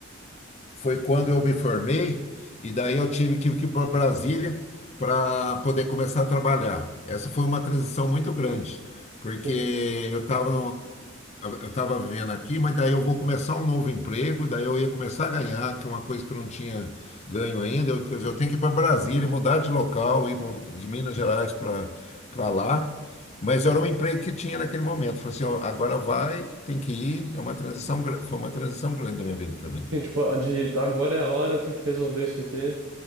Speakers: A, on the left (about 35°); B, on the right (about 85°).
A: foi quando eu me formei, e daí eu tive que ir para Brasília para poder começar a trabalhar. Essa foi uma transição muito grande, porque
B: Sim.
A: eu estava eu estava vivendo aqui, mas daí eu vou começar um novo emprego, daí eu ia começar a ganhar, que é uma coisa que eu não tinha ganho ainda. Eu, quer dizer, eu tenho que ir para Brasília, mudar de local, ir pro- de Minas Gerais para para lá. Mas era um emprego que tinha naquele momento. Falei assim, ó, agora vai, tem que ir. É uma transição, gra- foi uma transição grande da minha vida também.
B: Sim, tipo, a de agora é a hora, eu tenho que resolver isso aqui.